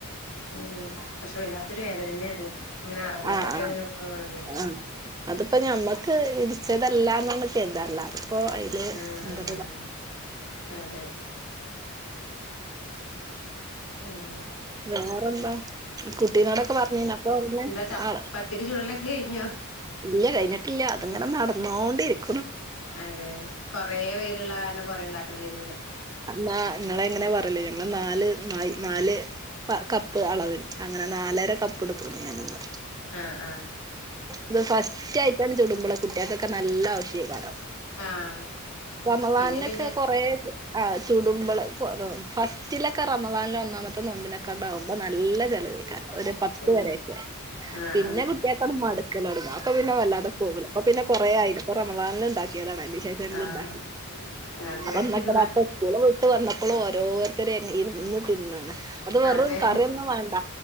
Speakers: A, on the left; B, on the right.
A: ഉം പക്ഷെ വല്ലാത്തൊരു വേദന തന്നെ അത് ഇങ്ങനെ അറിഞ്ഞിട്ടൊക്കെ
B: ആഹ ആ
A: ഇങ്ങനെ പോണതേ
B: ആ അതിപ്പോ ഞമ്മക്ക് ഇ ചതല്ലാ നമുക്ക് എതാല്ല ഇപ്പൊ അതില്
A: ആഹ്
B: എന്താ
A: അതെ മ
B: വേറെന്താ കുട്ടീനോടൊക്കെ പറഞ്ഞു കഞ്ഞ അപ്പൊ അന്നെ
A: എന്താ ച
B: ആള്
A: പത്തിരി ചുടലൊക്കെ കഴിഞ്ഞോ
B: ഇല്ല കഴിഞ്ഞിട്ടില്ല അത്ങ്ങനെ നടന്നോണ്ടിരിക്കും
A: അതെ കൊറെേ പേരുള്ള കാരണം കൊറെ ഉണ്ടാക്കേണ്ടിും
B: നിങ്ങള എങ്ങനെ പറലേ ഞങ്ങള് നാല് ന നാല് കപ്പ് അളവിന് അങ്ങനെ നാലര കപ്പ് എടുക്കണം ഞാനൊന്ന്
A: ആഹ ആഹ
B: ഇത് ഫസ്റ്റ് ആയിട്ടാണ് ചുടുമ്പോള കുട്ടികൾക്കൊക്കെ നല്ല ആവ ശ്യകാരം
A: ആഹ്
B: റമളാൻ
A: പിന്നെ പിന്നെ
B: ഒക്കെ കൊറേ ആ ചുടുമ്പള ഫസ്റ്റിലൊക്കെ റമദാനില വന്നാ മൊത്ത നോമ്പിനെക്കാണ്ടകുമ്പോ നല്ല ചിലവഴിക്ക പത്ത്
A: ആഹ്
B: വരൊക്കെ
A: ആഹ്
B: പിന്നെ കുട്ട അ മടുക്കലട അപ്പ പിന്നെ വാതെ ഫോമ അപ്പൊ പിന്നെ കുറെ ആയിരുന്നു ഇപ്പ റമദാനിലിൽ ഉണ്ടാക്കിയതാണ് അന്ശേഷങ്ങണ്ട
A: ആഹ് ആഹ് അതെ
B: അപ്പൊക്ക
A: എന്നാ
B: സ്കൂള് വിട്ട് വന്നപ്പോഴും ഓരോരുത്തര ഇന്ന് തിന്നാണ് അത് വെറും
A: അതെ
B: കറിയൊന്നും വേണ്ട